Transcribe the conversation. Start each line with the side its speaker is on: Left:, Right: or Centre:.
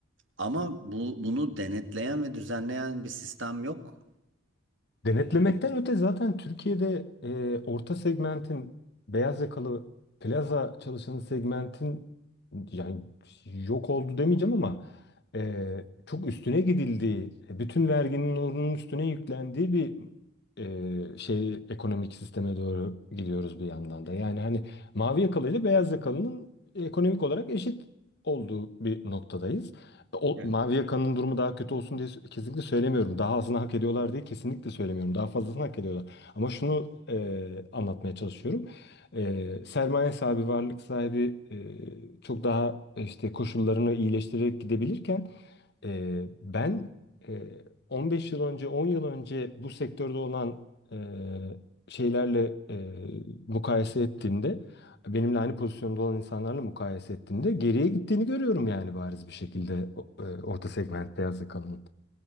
Right: Ama bu, bunu denetleyen ve düzenleyen bir sistem yok.
Left: Denetlemekten
Right: Ee,
Left: öte zaten Türkiye'de e, orta segmentin beyaz yakalı plaza çalışanı segmentin yani yok oldu demeyeceğim ama e, çok üstüne gidildiği, bütün verginin onun üstüne yüklendiği bir e, şey ekonomik sisteme doğru gidiyoruz bir yandan da. Yani hani mavi yakalı ile beyaz yakalının ekonomik olarak eşit olduğu bir noktadayız. O,
Right: Evet.
Left: Mavi Yaka'nın durumu daha kötü olsun diye kesinlikle söylemiyorum. Daha azını hak ediyorlar diye kesinlikle söylemiyorum. Daha fazlasını hak ediyorlar. Ama şunu e, anlatmaya çalışıyorum. E, sermaye sahibi, varlık sahibi e, çok daha işte koşullarını iyileştirerek gidebilirken e, ben e, 15 yıl önce, 10 yıl önce bu sektörde olan e, şeylerle e, mukayese ettiğimde benimle aynı pozisyonda olan insanlarla mukayese ettiğimde geriye gittiğini görüyorum yani bariz bir şekilde o- e, orta segment beyaz yakalının.